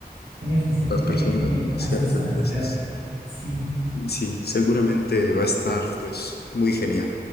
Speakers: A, on the right; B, on the left.
A: n f c
B: las personas,
A: n f
B: ¿no? Hacia
A: a las personas,
B: los NPCs.
A: claro. Sí,
B: Sí, seguramente va a estar pues muy genial.